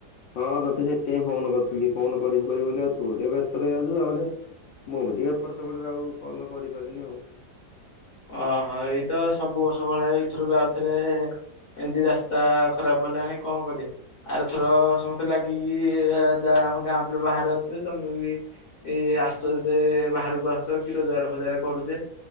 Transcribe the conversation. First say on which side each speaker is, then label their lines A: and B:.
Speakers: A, on the left; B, on the left.
A: ହଁ ତତେ ସେଥିପାଇଁ ଫୋନ କରିଥିଲି ଫୋନ କରିବି ବ ଆଉ ତୁ ଟିକେ ବ୍ୟସ୍ତ ରଇଛୁ ତାହେଲେ ମୁଁ ବି ଟିକେ ଏପଟ ସେପଟରେ ଆଉ କଲ କରିପାରିନି ଆଉ
B: ଓହୋ ଏଇ ତ ସବୁ ବର୍ଷ ଭଳିଆ ଏଇଥରୁ ବି ଆଉଥରେ ଏମିତି ରାସ୍ତା ଖରାପ ହେଲା ଆଣି କଣ କରି ଆରେଥର ସମସ୍ତେ ଲାଗିକି ଯାହା ଆମ ଗାଁ ପିଲ ବାହାରେ ଅଛୁ ତମେ ବି ଏଇ ଆସୁ ଯତେ ବାହାରକୁ ଆସ କି ରୋଜଗାର ଫଜାର କରୁଛେ